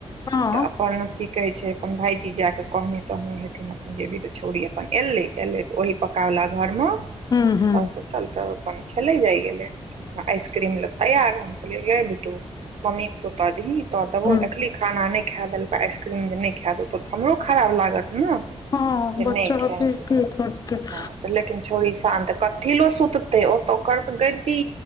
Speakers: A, on the left; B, on the right.
A: हँ
B: तऽ
A: हूँ
B: अपन की कहे छैय अपन भाईजी जाक कहने तहने हेथिन अपन जेबी तऽ छोड़ी अपन एलै एले ओही पकावला घोर म
A: हूँ
B: सब सुतल तऽ अपन खेलै जाइ गेलै। तखन आइसक्रीम लऽ तैयार हम कहलिए गैय बेटू मम्मी केँ सुते दहि तो देबौ
A: हूँ
B: देखली खाना नै खा देलक आइसक्रीम जे नै खा देतौ तऽ हमरो खराब लागत न
A: हँ
B: जे
A: बच्चा
B: नै खैत
A: के के करतै
B: <inaudible> ह तऽ लेकिन छोड़ी शान्त कथिलो सुततै ओ तऽ कर तऽ गदी